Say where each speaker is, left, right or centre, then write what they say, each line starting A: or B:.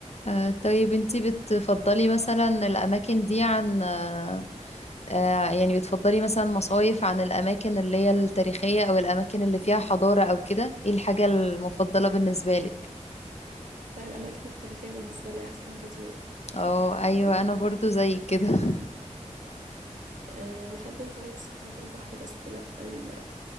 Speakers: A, on the left (about 60°); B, on the right (about 85°).
A: آه، طيب انتي بتفضلي مثلا الأماكن دي عن آه، آه، يعني بتفضلي مثلا مصايف عن الأماكن اللي هي التاريخية أو الأماكن اللي فيها حضارة أو كده ايه الحاجة المفضلة بالنسبة لك؟
B: لا الأماكن التاريخية بالنسبة لي أحسن كتير
A: اه أيوة
B: آه
A: أنا برضو زي كده <laughs>
B: آه بحب الفايبس بتاعة البحر بس لا ال...